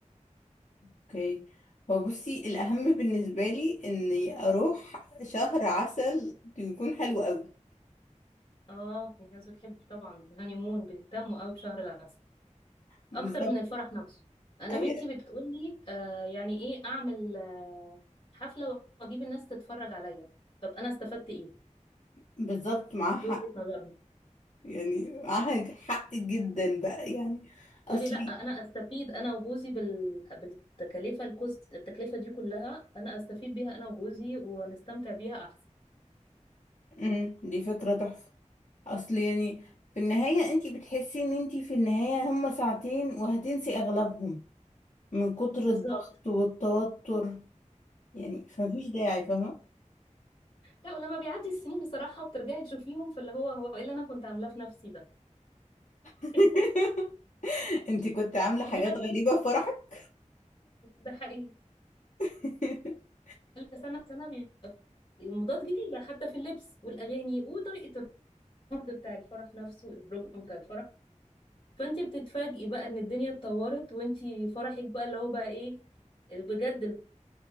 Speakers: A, on the left; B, on the left.
A: اوكي هو بصي الاهم بالنسبة لي اني اروح شهر عسل يكون حلو قوي
B: اه في ناس بتحب طبعا الهانيمون بيهتموا قوي بشهر العسل
A: بالظبط
B: اكتر من الفرح نفسه انا
A: اي
B: بنتي بتقول لي آه يعني ايه اعمل آه حفله واجيب الناس تتفرج عليا طب انا استفدت ايه
A: بالظبط معاها حق
B: دي وجهه نظرهم
A: يعني معاها حق جدا بقى يعني
B: تقولي
A: اصلي
B: لا انا استفيد انا وجوزي بال... بالتكلفه الكوست التكلفه دي كلها انا استفيد بيها انا وجوزي ونستمتع بيها احسن
A: امم دي فكرة تحفة اصل يعني في النهاية انتي بتحسي ان انتي في النهاية هما ساعتين وهتنسي اغلبهم من كتر
B: بالظبط
A: الضغط والتوتر يعني فمفيش داعي فاهمة
B: لا ولما بيعدي السنين بصراحه وبترجعي تشوفيهم فاللي هو هو ايه اللي انا كنت عاملاه في نفسي ده
A: <laughs>
B: <laughs>
A: انتي كنت عاملة حاجات
B: بجد
A: غريبة في فرحك
B: ده حقيقي
A: <laughs>
B: كل سنة سنة المضاد جديدة حتى في اللبس والأغاني وطريقة العرض بتاع الفرح نفسه البروجرام بتاع الفرح فأنت بتتفاجئي بقى إن الدنيا اتطورت وأنت فرحك بقى اللي هو بقى إيه بجد